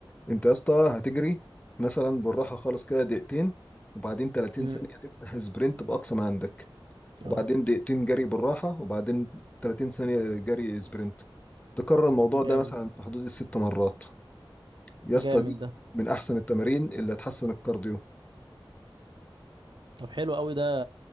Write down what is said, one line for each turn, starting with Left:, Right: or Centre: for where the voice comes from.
Left: انت يا اسطى هتجري مثلا بالراحه خالص كده دقيقتين وبعدين 30
Right: مم.
Left: ثانيه تفتح سبرنت باقصى ما عندك وبعدين
Right: اه
Left: دقيقتين جري بالراحه وبعدين 30 ثانيه جري سبرنت تكرر الموضوع ده
Right: جامد
Left: مثلا في حدود الست مرات يا اسطى
Right: جامد
Left: دي
Right: ده
Left: من احسن التمارين اللي هتحسن الكارديو
Right: طب حلو قوي ده